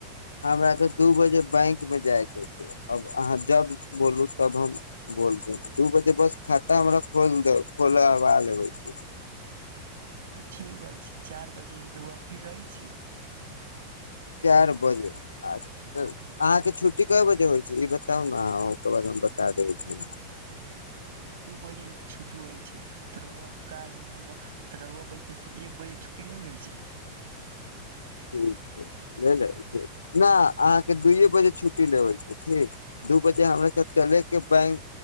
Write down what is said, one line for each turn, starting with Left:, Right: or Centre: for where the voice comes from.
Left: हमरा तऽ दू बजे बैंकमे जायके छैय अब अहाँ जब बोलू तब हम बोल देब दू बजे बस खाता हमरा खोल दे खोलबाल लेबे छैय
Right: तऽ ठीक बात छैय चार बजे रउआ फिर रहै छैय
Left: चारि बजे अ अहाँके छुट्टी कए बजे होइ छैय ई बताउ ने अ ओकर बाद हम बता देबै छी
Right: हम दू बजे छुट्टी होइ छै त रऊआ काल हम त रऊआ बजे से एक बजे छुट्टी ले लेबै छी
Left: ठीक छै नहि छै नहि अहाँके दूइए बजे छुट्टी लेबै छैय ठीक दू बजे <unintelligible>
Right: हूँ
Left: चले के बैंक